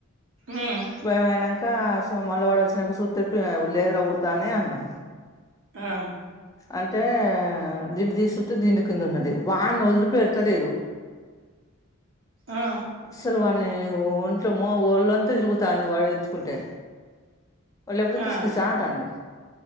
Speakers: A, on the right; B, on the left.
A: ఉమ్
B: భయమైనాంకా మల్ల వాడు వొచ్చినంక సూత్తే, లేదు రా ఉడుత అని అన్నా.
A: ఆ
B: అంటే దిండు తీసి సూత్తే దిండు కింద ఉన్నది వా ణ్ణి వదిలి పెడుతలేదు.
A: ఆ
B: అస్సలు వాణ్ణి ఒంట్లో ఒళ్ళంతా తిరుగుతాంది వాడు ఎత్తుకుంటే. లేపోతే కిస్
A: ఆ
B: కిసా అంటాంది.